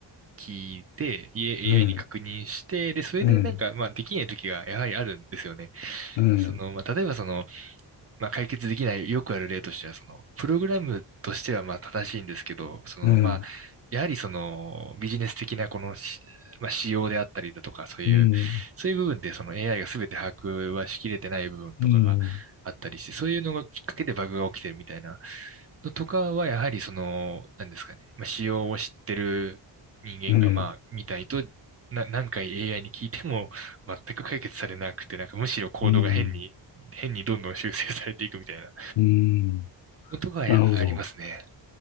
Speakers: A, on the right; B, on the left.
A: 聞いて、い AI
B: ええ、
A: に確認して、で、それでなんか、
B: ええ、
A: まあ、できない時がやはりあるんですよね。
B: ええ、
A: その、まあ、例えばその、まあ、解決できない、よくある例としては、その、プログラムとしてはまあ正しいんですけど、その、
B: ええ、うん、
A: まあ、やはりその、ビジネス的なこのし、まあ、仕様であったりだとか、そういう、
B: うん、
A: そういう部分でその AI が全て把握はしきれてない部分とかがあったりして、
B: うん、
A: そういうのがきっかけでバグが起きてるみたいなのとかは、やはりその、なんですかね、まあ、仕様を知ってる人間が、
B: ええ、
A: まあ、みたいと、な、何回 AI に聞いても全く解決されなくて、なんかむしろコードが変に変にどんどん修正されていくみたいな
B: うん、うん。
A: のとかありますね。
B: なるほど。